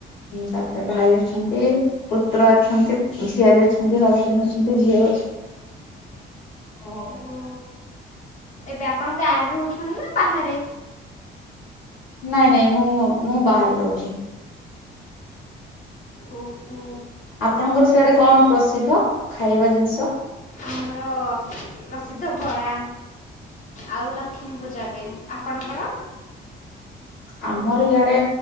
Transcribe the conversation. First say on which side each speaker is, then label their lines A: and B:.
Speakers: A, on the left (about 85°); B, on the left (about 40°).
A: ତାପରେ ଭାଇ ଅଛନ୍ତି। ପୁତ୍ରା ଅଛନ୍ତି, ଝିଆରୀ ଅଛନ୍ତି, ହଜବେଣ୍ଡ ଅଛନ୍ତି, ଝିଅ ଅଛି।
B: <inaudible>
A: ଓ ହୋ
B: ଓହୋ
A: ହୋ।
B: ଏବେ ଆପଣ ଗାଁରେ ରହୁଛନ୍ତି ନା ବାହାରେ?
A: ନାଇଁ ନାଇଁ ମୁଁ ମୁଁ ବାହାରେ ରହୁଛି।
B: ଓହୋ।
A: ଆପଣଙ୍କର ସେଆଡେ କଣ ପ୍ରସିଦ୍ଧ ଖାଇବା ଜିନିଷ।
B: ଆମର ପ୍ରସିଦ୍ଧ ବରା। ଆଉ ଲକ୍ଷ୍ମୀ ପୂଜାବେ ଆପଣଙ୍କର।
A: ଆମର ଜଆଡେ